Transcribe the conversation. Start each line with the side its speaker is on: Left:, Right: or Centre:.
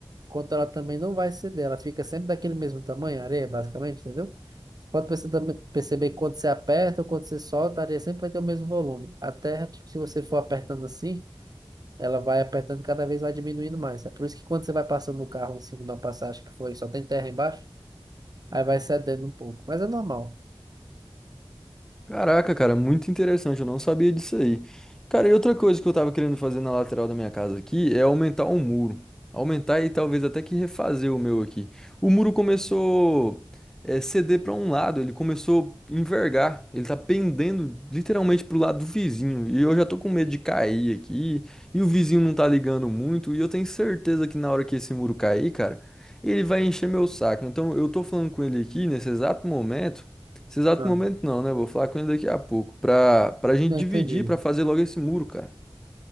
Right: quanto ela também não vai ceder, ela fica sempre daquele mesmo tamanho, a areia basicamente, entendeu? Você pode perce- também perceber que quando você aperta ou quando você solta, a areia sempre vai ter o mesmo volume. A terra, tipo, se você for apertando assim ela vai apertando cada vez vai diminuindo mais. É por isso que quando você vai passando o carro em cima de uma passagem que foi só tem terra embaixo, aí vai cedendo um pouco. Mas é normal.
Centre: Caraca, cara, muito interessante. Eu não sabia disso aí. Cara, e outra coisa que eu tava querendo fazer na lateral da minha casa aqui é aumentar o muro. Aumentar e talvez até que refazer o meu aqui. O muro começou é, ceder pra um lado, ele começou a envergar. Ele tá pendendo literalmente pro lado do vizinho. E eu já tô com medo de cair aqui. E o vizinho não tá ligando muito. E eu tenho certeza que na hora que esse muro cair, cara, ele vai encher meu saco. Então eu tô falando com ele aqui nesse exato momento. Nesse exato
Right: Ah,
Centre: momento não, né? Vou falar com ele daqui a pouco. Pra, pra gente
Right: Não
Centre: dividir,
Right: entendi.
Centre: pra fazer logo esse muro, cara.